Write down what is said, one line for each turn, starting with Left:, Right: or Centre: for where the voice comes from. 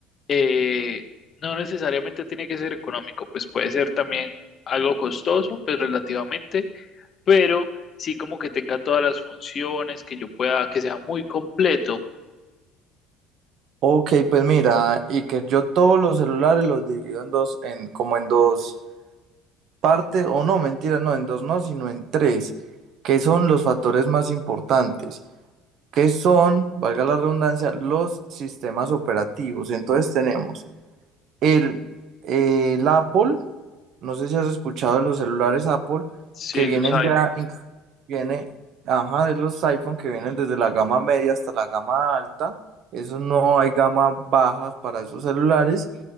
Left: eh, no necesariamente tiene que ser económico, pues puede ser también algo costoso, pues relativamente, pero sí como que tenga todas las funciones, que yo pueda, que sea muy completo,
Right: Ok, pues mira, y que yo todos los celulares los divido en dos, en, como en dos partes, o no, mentira, no, en dos no, sino en tres, que son los factores más importantes, que son, valga la redundancia, los sistemas operativos. Entonces tenemos el, el Apple, no sé si has escuchado de los celulares Apple
Left: sí,
Right: que vienen
Left: los iPhone.
Right: ya, in- viene, ajá, de los iPhone que vienen desde la gama media hasta la gama alta. Eso no hay gama baja para esos celulares.